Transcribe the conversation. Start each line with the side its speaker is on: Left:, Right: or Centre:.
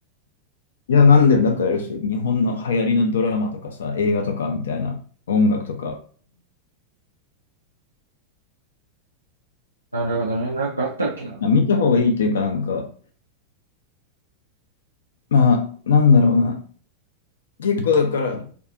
Left: いや、なんで、だからそう、日本の流行りのドラマとかさ、映画とかみたいな、音楽とか、
Right: なるほどね。なんかあったっけな。
Left: な見た方がいいというか、なんか、まあ、なんだろうな。結構だから、